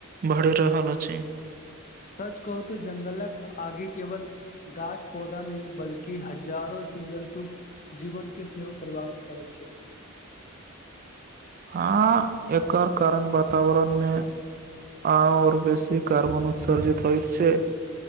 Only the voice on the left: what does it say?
सच कहू तऽ जंगलक आगे केवल गाछ पौधा नहि बल्कि कि हजारो जीव जन्तु जीवन के सेहो प्रभावित करैत छै